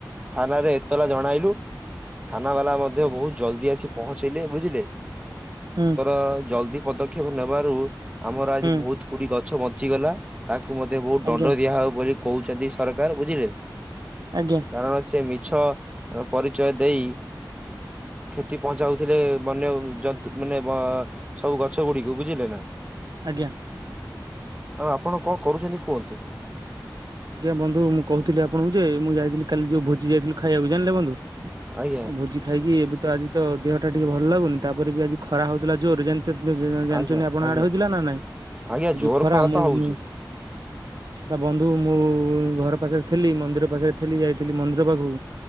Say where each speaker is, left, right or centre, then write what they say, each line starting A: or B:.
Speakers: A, on the right; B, on the right.
A: ଥାନାରେ ଏତଲା ଜଣାଇଲୁ। ଥାନା ବାଲା ମଧ୍ୟ ବହୁତ ଜଲ୍ଦି ଆସି ପହଞ୍ଚେଇଲେ ବୁଝିଲେ।
B: ହୁଁ।
A: ଜଲଦି ପଦକ୍ଷେପ ନେବାରୁ ଆମର ଆଜି
B: ହୁଁ
A: ବହୁତ କୋଡି ଗଛ ବଞ୍ଚିଗଲା। ତାଙ୍କୁ ମଧ୍ୟ ବହୁତ ଦଣ୍ଡ
B: ଆଜ୍ଞା
A: ଦିଆ ହବ ବୋଲି କହୁଛନ୍ତି ସରକାର ବୁଝିଲେ
B: ଆଜ୍ଞା ଆଜ୍ଞା
A: କାରଣ ସେ ମିଛ ପରିଚୟ ଦେଇ କ୍ଷତି ପହଞ୍ଚାଉଥିଲେ ବନ୍ୟ ଜନ୍ତୁ ମାନେ ବା ସବୁ ଗଛ ଗୁଡିକୁ ବୁଝିଲେ ନା।
B: ଆଜ୍ଞା।
A: ଆଉ ଆପଣ କଣ କରୁଛନ୍ତି କୁହନ୍ତୁ?
B: ଆଜ୍ଞା ବନ୍ଧୁ ମୁଁ କହୁଥିଲି ଆପଣଙ୍କୁ ଯେ ମୁଁ ଯାଇଥିଲି କାଲି ଯୋଉ ଭୋଜି ଯାଇଥିଲି ଖାଇବାକୁ ଜାଣିଲେ ବନ୍ଧୁ।
A: ଆଜ୍ଞା
B: ଆଉ ଭୋଜି ଖାଇକି ଏବେ ତ ଆଜି ତ ଦେହ ଟା ଟିକେ ଭଲ ଲାଗୁନି। ତାପରେ ବି ଆଜି ଖରା ହୋଉଥିଲା ଜୋରରେ ଜା ଜାଣିଛନ୍ତି
A: ଆଜ୍ଞା
B: ଆପଣ
A: ଆଜ୍ଞା
B: ଆଡେ ହେଇଥିଲା ନା ନାଇଁ?
A: ଆଜ୍ଞା
B: ଇ
A: ଜୋର
B: ଯୋଉ ଖରା ମୁଁ
A: ତ ହଉଛି
B: ମୁଁ ଆ ବନ୍ଧୁ ମୁଁ ଘର ପାଖରେ ଥିଲି ମନ୍ଦିର ପାଖରେ ଥିଲି ଯାଇଥିଲି ମନ୍ଦିର ପାଖକୁ